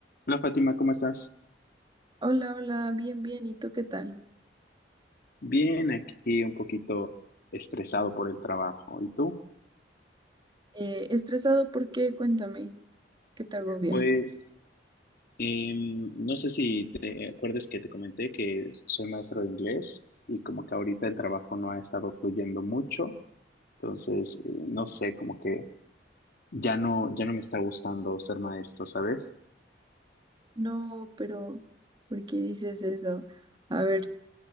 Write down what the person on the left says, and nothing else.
Hola Fátima, ¿cómo estás?
Bien, aquí un poquito estresado por el trabajo. ¿Y tú?
Pues em, no sé si te acuerdas que te comenté que soy maestra de inglés y como que ahorita el trabajo no ha estado fluyendo mucho, entonces eh, no sé, como que ya no, ya no me está gustando ser maestro, ¿sabes?